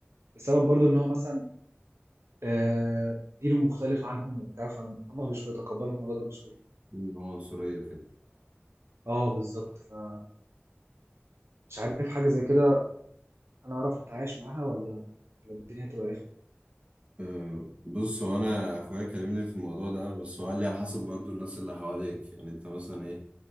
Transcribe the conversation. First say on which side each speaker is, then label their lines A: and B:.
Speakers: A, on the right; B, on the right.
A: بسبب برضو ان هو مثلا آه، دينه مختلف عنهم وبتاع فهم مش بيتقبلوا الموضوع ده بسهولة
B: إن هو عنصريه وكده
A: اه بالظبط فمش عارف حاجة زي كده انا اعرف اتعايش معاها ولا ولا الدنيا هتبقى رخمة
B: أه، بص هو انا اخويا كلمني في الموضوع ده بس هو قال لي على حسب برضو الناس اللي حواليك يعني انت مثلا ايه